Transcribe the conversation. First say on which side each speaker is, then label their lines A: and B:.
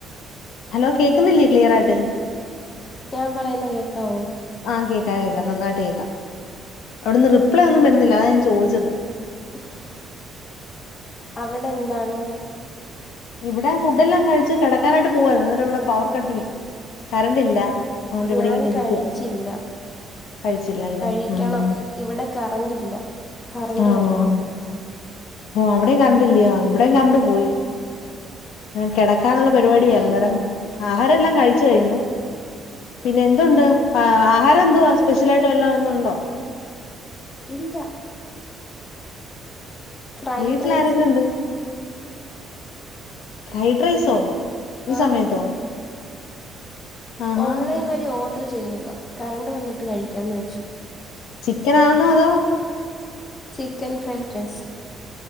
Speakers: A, on the left; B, on the left.
A: ഹലോ കേക്കുന്നില്ലേ ക്ലിയർ ആയിട്ട്
B: ഞാൻ പറയുന്ന കേക്കാവോ
A: ആഹ് കേക്കാം കേക്കാം നന്നായിട്ട് കേക്കാം അവിടുന്ന് റിപ്ലൈ ഒന്നും വരുന്നില്ല അതാ ഞാൻ ചോദിച്ചത്
B: <unintelligible> അവിടെ എന്താണ്
A: ഇവിടെ ഫുഡ് എല്ലാം കഴിച്ച് കിടക്കാനായിട്ട് പോവരുന്നു എനിട്ട് ഇവിടെ പവർ കട്ടിങ് കറണ്ട് ഇല്ല അതുകൊണ്ട് ഇവിടെ
B: ഞാൻ
A: ഇങ്ങനെ ഇരിക്കുക
B: കഴിച്ചില്ല
A: കഴിച്ചില്ലല്ലേ
B: കഴിക്കണം
A: ഉം
B: ഇവിടെ കറന്റ് ഇല്ല കറന്റ്
A: ആ
B: വരണം
A: ഓ ഓ അവിടെയും കണ്ടില്ലയോ ഇവിടയും കറണ്ട് പോയി കിടക്കാനുള്ള പരിപാടിയായിരുന്നു അന്നേരം ആഹാരം എല്ലാം കഴിച്ച് കഴിഞ്ഞു പിന്നെ എന്തുണ്ട് ആഹാരം എന്തുവാ സ്പെഷ്യൽ ആയിട്ട് വല്ലാം ഇന്ന്ണ്ടോ
B: ഇല്ല ഫ്രൈഡ്
A: വീട്ടിൽ
B: റൈസ്
A: ആരൊക്കെ ഉണ്ട് ഫ്രൈഡ് റൈസോ ഈ
B: ആഹ്
A: സമയത്തോ ആഹാ
B: ഓൺലൈൻ വഴി ഓർഡർ ചെയ്തതാ കറണ്ട് വന്നിട്ട് കഴിക്കാന്ന് വെച്ചു
A: ചിക്കനാന്നോ അതോ
B: ചിക്കൻ ഫ്രൈഡ് റൈസ്